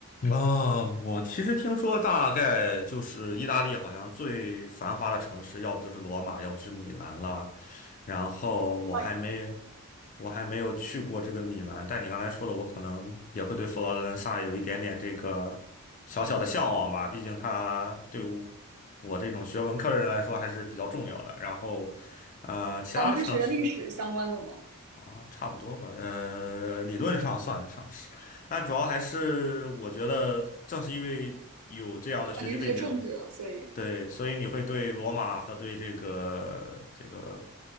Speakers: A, on the left; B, on the right.
A: 啊，我其实听说，大概就是意大利好像最繁华的城市，要不就是罗马，要不是米兰啦。然后我还没，
B: 我马？
A: 我还没有去过这个米兰，但你刚才说的，我可能也会对佛罗伦萨有一点点这个小小的向往吧。毕竟它对我我这种学文科的人来说还是比较重要的。然后，呃，其他的城市。
B: 哦，你是学历史相关的吗？
A: 啊，差不多吧，呃，理论上算得上是，但主要还是我觉得，正是因为有这样的学习背景，
B: 啊，你是学政治的，所以
A: 对，所以你会对罗马和对这个这个